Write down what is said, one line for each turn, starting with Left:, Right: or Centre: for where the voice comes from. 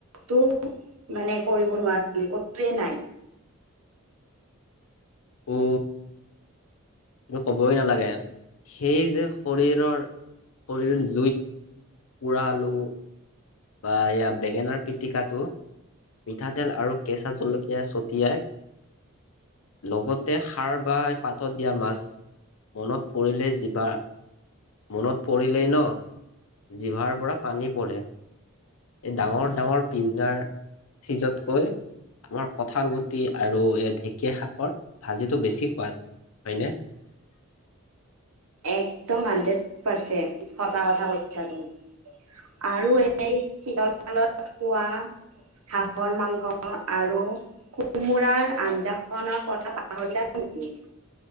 Right: কো মানে কৰিব নোৱাৰাৰে <unintelligible> কতোৱেই নাই
Left: অ ক'বই নেলাগে সেই যে শৰীৰৰ শৰীৰৰ জুইত উৰালোঁ বা এয়া বেঙেনাৰ পিটিকাটো মিঠাতেল আৰু কেঁচা জলকীয়া ছটিয়াই লগতে খাৰ বা পাতত দিয়া মাছ মনত পৰিলেই জিভা মনত পৰিলেই ন জিভাৰ পৰা পানী পৰে এই ডাঙৰ ডাঙৰ পিজ্জাৰ চিজতকৈ আমাৰ কঁঠাল গুটি আৰু এই ঢেঁকীয়া শাকৰ ভাজিটো বেছি সোৱাদ হয়নে
Right: একদম হাণ্ড্ৰেড পাৰ্চেণ্ট সঁচা কথা কৈছা তুমি আৰু এই শীতল কালত খোৱা হাঁহৰ মাংস আৰু কোমোৰাৰ আঞ্জাখনৰ কথা পাহৰিলা নেকি